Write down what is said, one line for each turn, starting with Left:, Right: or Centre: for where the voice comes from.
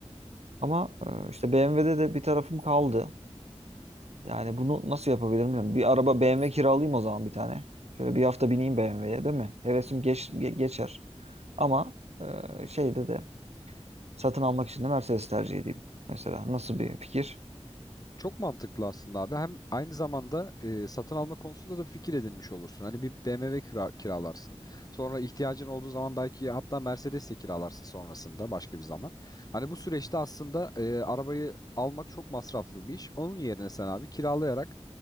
Right: Ama e, işte BMW'de de bir tarafım kaldı. Yani bunu nasıl yapabilirim bilmiyorum. Bir araba BMW kiralayayım o zaman bir tane. Şöyle bir hafta bineyim BMW'ye değil mi? Hevesim geç, ge- geçer. Ama e, şeyde de satın almak için de Mercedes tercih edeyim. Mesela nasıl bir fikir?
Left: Çok mantıklı aslında abi. Hem aynı zamanda e, satın alma konusunda da bir fikir edinmiş olursun. Hani bir BMW kira- kiralarsın. Sonra ihtiyacın olduğu zaman belki hatta Mercedes de kiralarsın sonrasında başka bir zaman. Hani bu süreçte aslında e, arabayı almak çok masraflı bir iş. Onun yerine sen abi kiralayarak